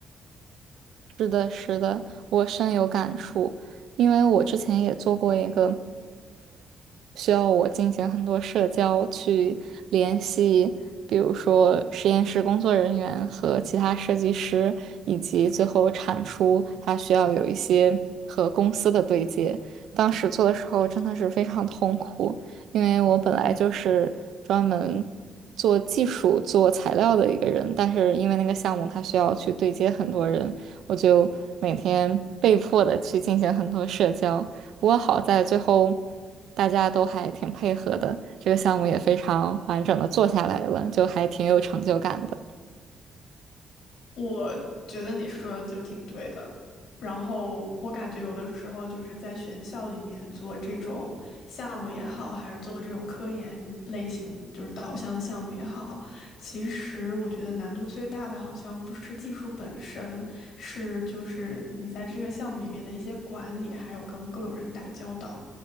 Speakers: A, on the right; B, on the left.
A: 是的，是的，我深有感触，因为我之前也做过一个，需要我进行很多社交，去联系，比如说实验室工作人员和其他设计师，以及最后产出，它需要有一些和公司的对接。当时做的时候真的是非常痛苦，因为我本来就是专门做技术、做材料的一个人，但是因为那个项目它需要去对接很多人，我就每天被迫的去进行很多社交。不过好在最后大家都还挺配合的，这个项目也非常完整的做下来了，就还挺有成就感的。
B: 我觉得你说的就挺对的。然后我感觉有的时候就是在学校里面做这种项目也好，还是做这种科研类型就是导向的项目也好，其实我觉得难度最大的好像不是技术本身，是就是你在这个项目里面的一些管理，还有跟各种人打交道，